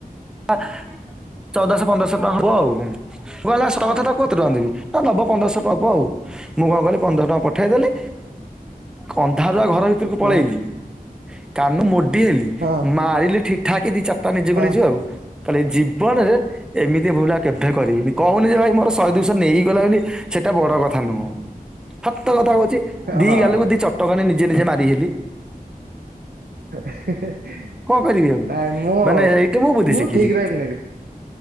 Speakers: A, in the centre; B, on the right.
A: କା ଆ ଚଉଦଶ ପନ୍ଦରଶ ଟଙ୍କା ହବ ଆଉ କହିଲା କଥା <unintelligible> ଦେବି ଦବ ପନ୍ଦରଶ ଦବ ଆଉ। ମୁଁ କଣ କଲି ପନ୍ଦର ଟଙ୍କା ପଠେଇଦେଲି କନ୍ଧ ଘର ଭିତରକୁ
B: ହଁ
A: ପଳେଇଲି କାନ ମୋଡି ହେଲି
B: ହଁ
A: ମାରିଲି ଠିକଠାକ ଦି ଚା ତା ନିଜକୁ
B: ହଁ
A: ନିଜେ ଆଉ ତା ଏ ଜୀବନରେ ଏମିତି ଭୁଲ ଆଉ କେବେ କରିବିନି କହୁନି ଯେ ଭାଇ ମୋର ଶହେ ଦୁଇଶ ନେଇ ଗଲା ବୋଲି ସେଇଟା ବଡ କଥା ନୁହଁ। ତ କଥା କହୁଛି ଦି
B: ହଁ
A: ଗାଲକୁ ଦି ଚଟକଣି ନିଜେ ନିଜେ ମାରି ହେଲି।
B: ହେ ହେ
A: କଣ କରିବି ଆଉ।
B: ନାହିଁ ମୁଁ
A: ମାନେ ଏଇଠି ବୁଦ୍ଧି
B: ମୁଁ
A: ଶିଖିଲି
B: ଠିକ ରେଟ ନେବି